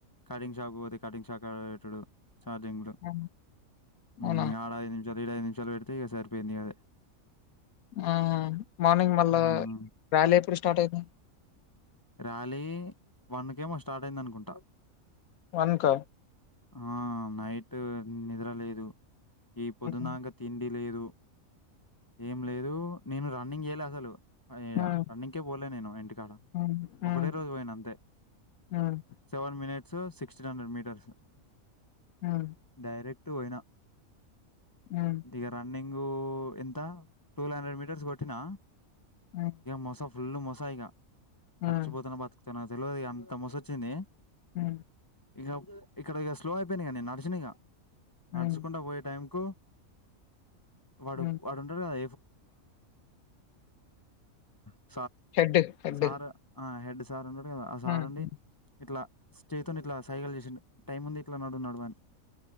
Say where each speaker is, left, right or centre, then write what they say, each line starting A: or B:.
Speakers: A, on the left; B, on the left.
A: కటింగ్ షాక్ పోతే కటింగ్ షాక్ పెట్టడు చార్టింగ్
B: అవునా? అవునా?
A: మ్ ఆడ ఐదు నిమిష ఈడ ఐదు నిమిషాలు పెడితే ఇక సరిపోయింది అదే
B: ఆ మార్నింగ్ మళ్ళా
A: హ్మ్.
B: ర్యాలీ ఎప్పుడు స్టార్ట్ అయింది
A: ర్యాలీ వన్కేఏమో స్టార్ట్ అయింది అనుకుంటా
B: వన్ క
A: ఆ నైటు నిద్ర లేదు ఈ పొద్దునాంక
B: హ్మ్.
A: తిండి లేదు ఏం లేదు నేను రన్నింగ్ చేయలే అసలు అ ఏడ
B: హ్మ్.
A: రన్నింగ్ కే పోలే నేను ఇంటికాడ
B: హ్మ్. హ్మ్.
A: ఒకటే రోజు పోయిన అంతే
B: హ్మ్.
A: Seven minutes sixteen hundred metres
B: హ్మ్.
A: డైరెక్ట్ పటుయినా
B: హ్మ్.
A: డిగరాని నింగ ఎంత వల్ హండ్రెడ్ మీటర్స్ కొట్టినా
B: హ్మ్.
A: మోసఫ ఫుల్ మొసాయిగా
B: హ్మ్.
A: చచ్చిపోతున్న బతుకకు నా తెలియదు అంత మసొచ్చింది
B: ఆ
A: ఇంక ఇక్కడ ఇక స్లో అయిపోయినాయిక నేను నడిచా ఇక
B: హ్మ్.
A: నడుచకుండా పోయే టైం కు వాడు
B: హ్మ్.
A: వాడుంటారు కదా <inaudible>
B: head head
A: sir head sir అ లేదు ఆ సార్ండి
B: హ్మ్. హ్మ్.
A: ఇట్లా స్టేతో ఇట్లా సైగాలు చేసి టైమ్ ఉంది ఇట్లా నడు నడు అని